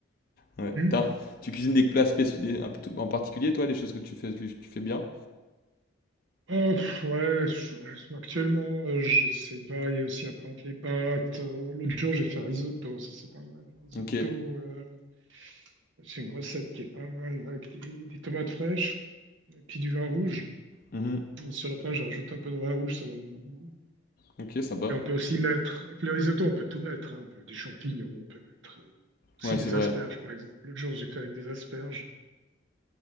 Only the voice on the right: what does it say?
mhm.
Oh, pff, ouais, je- ouais, actuellement, euh, j'essaie de varier aussi un peu entre les pâtes. Euh, L'autre jour, j'ai fait un risotto, ça c'est pas mal. Le Risotto,
euh, c'est une recette qui est pas mal, avec des, des tomates fraîches et puis du vin rouge.
Sur la fin, je rajoute un peu de vin rouge, ça donne bon goût.
Et on peut aussi mettre, avec le risotto, on peut tout mettre, hein, on peut des champignons, on peut mettre euh, aussi
des
asperges, par exemple. L'autre jour, j'ai fait avec des asperges.